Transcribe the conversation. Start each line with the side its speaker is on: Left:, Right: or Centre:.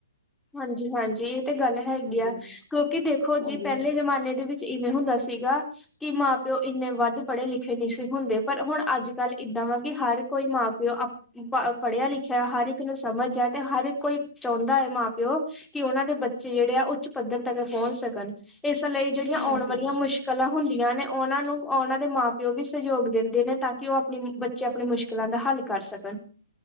Centre: ਹਾਂਜੀ ਹਾਂਜੀ, ਇਹ ਤੇ ਗੱਲ ਹੈਗੀ
Left: ਹਾਂਜੀ
Centre: ਆ ਕਿਉਂਕਿ ਦੇਖੋ
Left: ਹਾਂਜੀ
Centre: ਜੀ ਪਹਿਲੇ ਜਮਾਨੇ ਦੇ ਵਿੱਚ ਇਵੇਂ ਹੁੰਦਾ ਸੀਗਾ। ਕਿ ਮਾਂ-ਪਿਓ ਇੰਨੇ ਵੱਧ ਪੜ੍ਹੇ ਲਿਖੇ ਨੀ ਸੀ ਹੁੰਦੇ ਪਰ ਹੁਣ ਅੱਜ ਕੱਲ੍ਹ ਏਦਾਂ ਵਾ ਕਿ ਹਰ ਕੋਈ ਮਾਂ-ਪਿਓ ਪੜ੍ਹਿਆ ਲਿਖਿਆ ਹਰ ਇੱਕ ਨੂੰ ਸਮਝ ਐ ਤੇ ਹਰ ਇੱਕ ਕੋਈ ਚਾਹੁੰਦਾ ਐ ਮਾਂ-ਪਿ ਓ ਕਿ ਉਹਨਾਂ ਦੇ ਬੱਚੇ ਜਿਹੜੇ ਆ ਉੱਚ ਪੱਧਰ ਤੱਕ ਪਹੁੰਚ ਸਕਣ ਇਸ ਲਈ ਜਿਹੜੀਆਂ
Left: ਹਾਂਜੀ
Centre: ਆਉਣ ਵਾਲੀਆਂ ਮੁਸ਼ ਕਲਾਂ ਹੁੰਦੀਆਂ ਨੇ ਉਹਨਾਂ ਨੂੰ ਉਹਨਾਂ ਦੇ ਮਾਂ-ਪਿਓ ਵੀ ਸਹਿਯੋਗ ਦਿੰਦੇ ਨੇ ਤਾਂ ਕਿ ਉਹ ਆਪਣੀ ਬੱਚੇ ਆਪਣੀ ਮੁਸ਼ਕਿਲਾਂ ਦਾ ਹੱਲ ਕਰ ਸਕਣ।